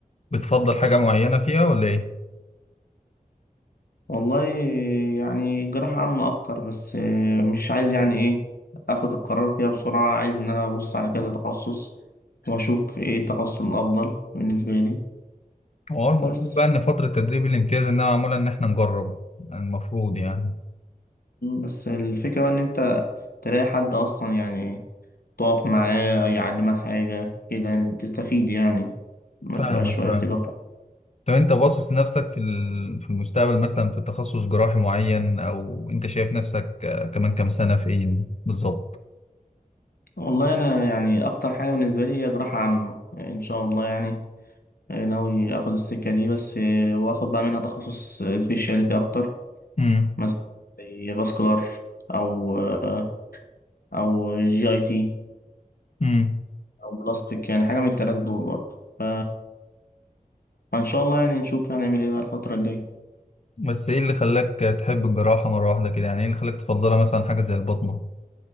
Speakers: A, on the left (about 50°); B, on the left (about 85°).
A: بتفضل حاجه معينه فيها ولا ايه
B: والله يعني جراحة عامة اكتر بس آه، مش عايز يعني ايه اخد القرار فيها بسرعة عايز ان انا ابص على كذا تخصص واشوف ايه التخصص الافضل بالنسبة لي
A: هو المفروض
B: بس
A: بقى ان فتره تدريب الامتياز انها معموله ان احنا نجرب المفروض يعني
B: بس الفكرة بقى ان انت تلاقي حد أصلا يعني تقف معاه يعلمك حاجة كده يعني تستفيد يعني ما
A: فاهمك
B: تبقاش واقف
A: فاهمك
B: كده خالص
A: طب انت باصص نفسك في ال- في المستقبل مثلا في تخصص جراحي معين او انت شايف نفسك آه، كمان كام سنة فين بالظبط
B: والله أنا يعني أكتر حاجة بالنسبة لي هي جراحة عامة يعني إن شاء الله يعني آه، ناوي آخد السكة دي بس آه، وآخد بقى منها تخصص سبيشاليتي أكتر
A: امم
B: مثلا زي فاسكولار أو آه، أو جي أي تي
A: امم
B: أو بلاستيك يعني حاجة من التلاتة دول برضه ف- فإن شاء الله يعني نشوف هنعمل إيه بقى الفترة الجاية.
A: بس ايه اللي خلاك تحب الجراحة مرة واحدة كده يعني ايه اللي خلاك تفضلها مثلا حاجة زي البطنة